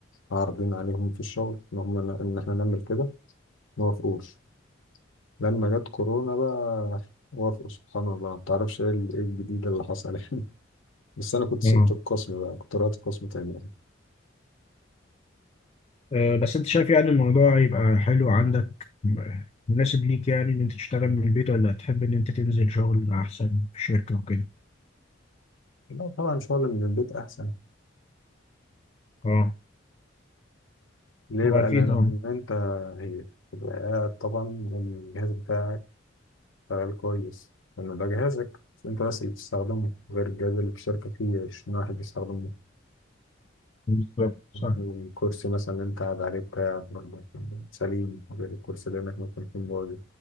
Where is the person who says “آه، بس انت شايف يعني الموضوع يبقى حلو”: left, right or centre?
Left